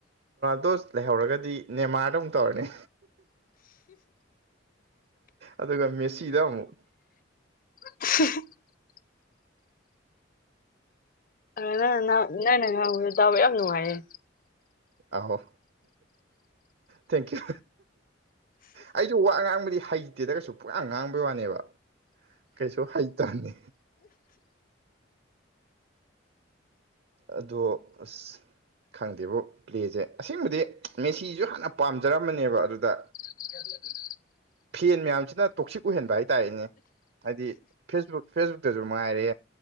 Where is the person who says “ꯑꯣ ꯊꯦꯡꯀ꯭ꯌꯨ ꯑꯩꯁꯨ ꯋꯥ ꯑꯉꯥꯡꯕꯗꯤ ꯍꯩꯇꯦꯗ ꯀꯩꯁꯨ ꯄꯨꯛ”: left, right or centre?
Right